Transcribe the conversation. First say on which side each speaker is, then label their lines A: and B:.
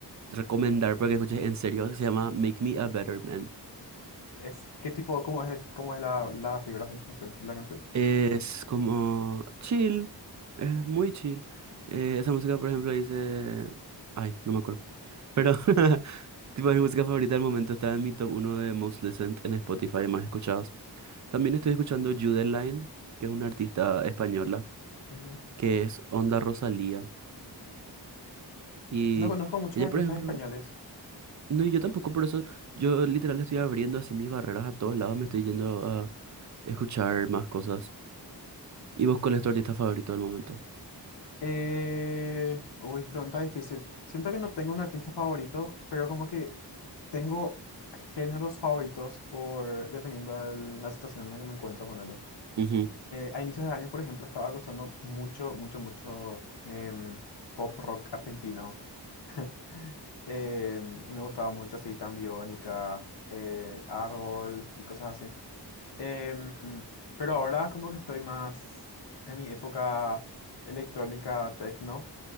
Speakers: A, on the right (about 45°); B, on the left (about 80°).
A: recomendar para que escuches en serio, que se llama Make Me a Better Man.
B: Es, ¿qué tipo, cómo es, cómo es la, las vibras de la canción, de la canción?
A: Es como chill, es muy chill. Eh, esa música, por ejemplo, dice... Ay, no me acuerdo. Pero, <laughs> tipo, mi música favorita del momento está en mi top uno de Most Listened en Spotify, más escuchados. También estoy escuchando Line, que es una artista española,
B: Ujú.
A: que es Onda Rosalía. Y
B: No conozco muchos
A: ella,
B: artistas
A: por ejemplo...
B: españoles.
A: No, y yo tampoco, por eso yo literal estoy abriendo así mis barreras a todos lados, me estoy yendo a escuchar más cosas. ¿Y vos cuál es tu artista favorito del momento?
B: Eh, uy, pregunta difícil. Siento que no tengo un artista favorito, pero como que tengo géneros favoritos por dependiendo de la situación en la que me encuentro, ponerle.
A: Ujú,
B: a inicios de años, por ejemplo, estaba escuchando mucho, mucho, mucho em, pop rock argentino. <laughs> Em, y me gustaba mucho así, Tan Biónica, eh, Árbol y cosas así. Em, pero ahora como que estoy más en mi época electrónica techno